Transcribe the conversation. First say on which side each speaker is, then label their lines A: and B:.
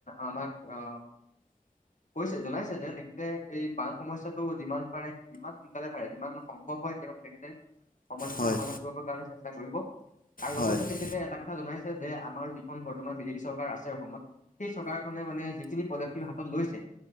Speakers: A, on the left; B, on the left.
A: আমাক অ, কৈছে জনাইছে যে তেখেতে এই বান সমস্যাত। যিমান পাৰে যিমান সোনকালে পাৰে যিমান সম্ভৱ হয় তেওঁক তেখেতে সমস্যতটো
B: হয় হয়
A: সমাধান। কাৰ চেষ্ট কৰিব আৰু লগতে
B: হয়
A: তে তেখেতে এটা কথা জনাইছে যে আমাৰ যিখন বৰ্তমান বিজেপি চৰকাৰ আছে অসমত, সেই চৰকাৰখনে মানে। যিখিন পদক্ষেপ হাতত লৈছে,